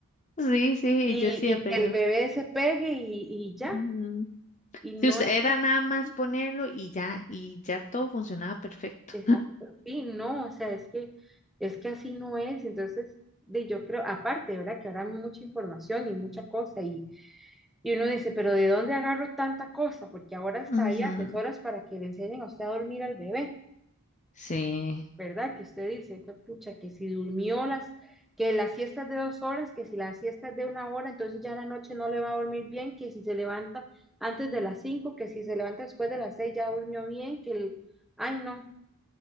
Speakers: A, on the left (about 30°); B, in the centre.
A: Sí, sí,
B: Y,
A: yo decía,
B: y
A: pero...
B: que el bebé se pegue y, y ya.
A: ujú.
B: Y
A: Si
B: no
A: usted
B: es
A: era
B: así.
A: nada más ponerlo y ya, y ya todo funcionaba perfecto.
B: Exacto. Sí, no, o sea, es que, es que así no es. Entonces, de, yo creo, aparte, ¿verdad? Que ahora hay mucha información y mucha cosa y, Y uno dice, pero ¿de dónde agarro tanta cosa? Porque ahora hasta
A: Ujú,
B: hay asesoras para que le enseñen a usted a dormir al bebé,
A: Sí,
B: ¿verdad? Que usted dice, "Fue pucha, que si durmió las, que las siestas de dos horas, que si las siestas de una hora, entonces ya en la noche no le va a dormir bien, que si se levanta antes de las cinco, que si se levanta después de las seis ya durmió bien, que el, ay no,